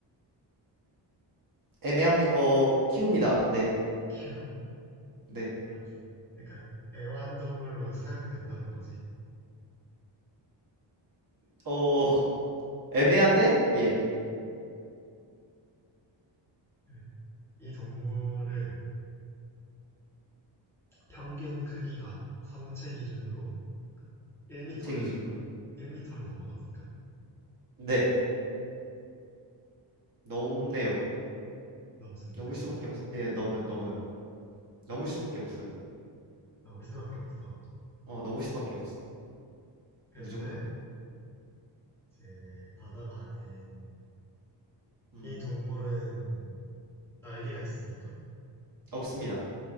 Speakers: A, on the right; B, in the centre.
A: 애매한 어 키웁니다. 네.
B: 키워.
A: 네.
B: 알았어. 그러니까 애완동물로 사용된다는 거지.
A: 어 애매한데? 예.
B: 그래. 이 동물은 평균 크기가 성체 기준으로 1m를
A: 정체 기준으로.
B: 1터를 넘어갑니까?
A: 네. 넘네요.
B: 넘습니까?
A: 넘을 수밖에
B: 성
A: 없. 예, 넘어요. 넘어요. 넘을 수밖에 없어요.
B: 넘을 수밖에 없어.
A: 어, 넘을 수밖에 없어.
B: 근데
A: 무조건.
B: 이제 바다가 아닌
A: 음.
B: 이 동물은 날개가 있습니까?
A: 없습니다.